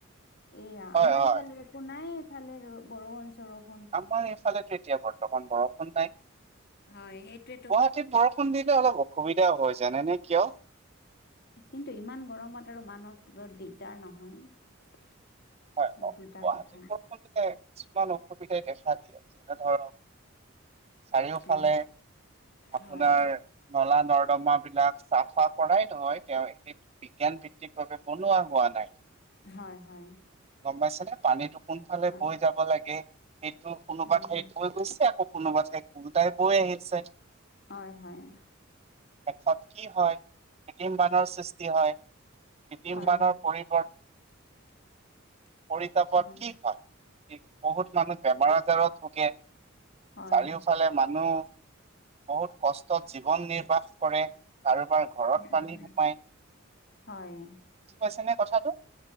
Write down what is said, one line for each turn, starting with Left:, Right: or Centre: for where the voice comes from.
Left: এইয়া
Right: হয়
Left: আমাৰ
Right: হয়
Left: এইফালে একো নাই এইফালে বৰষুণ চৰষুণ।
Right: আমাৰ এইফালেতো এতিয়া বৰ্তমান বৰষুণ নাই।
Left: হয় সেইটোৱেটো।
Right: গুৱাহাটীত বৰষুণ দিলে অলপ অসুবিধা হয়, জানে নে কিয়?
Left: কিন্তু ইমান গৰমত আৰু মানুহৰ ত দিগদাৰ নহয়।
Right: হয়,
Left: সেই দুটা
Right: গুৱাহাটীত
Left: কথা
Right: বৰষুণ দিলে কিছুমান অসুবিধাই দেখা দিয়ে। যেনে ধৰক- চাৰিওফালে
Left: উম
Right: আপোনাৰ-
Left: হয়
Right: নলা নৰ্দমা বিলাক চাফা কৰাই নহয় তেওঁ সেই- বিজ্ঞান ভিত্তিকভাৱে বনোৱা হোৱা নাই।
Left: হয়, হয়।
Right: গম পাইছে নে পানীতটো কোনফালে বৈ
Left: হয়
Right: যাব লাগে। সেইটো কোনোবা
Left: উম
Right: ঠাইত
Left: হুম
Right: কৈ গৈছে আকৌ কোনোবা ঠাইত গোটাই বৈ আহিছে।
Left: হয়, হয়।
Right: শেষত কি হয় কৃত্ৰিম বানৰ সৃষ্টি হয়, কৃত্ৰিম
Left: হয়
Right: বানৰ পৰিৱৰ্ত-
Left: <inaudible>
Right: পৰিতাপত
Left: হয়
Right: কি হয়, বহুত মানুহ বেমাৰ আজাৰত ভোগে।
Left: হয়
Right: চাৰিওফালে মানুহ। বহুত কষ্টত জীৱন নিৰ্বাহ কৰে, কাৰোবাৰ- ঘৰত
Left: উম
Right: পানী
Left: উম
Right: সোমাই বুজি
Left: হয়
Right: পাইছে নে কথাটো।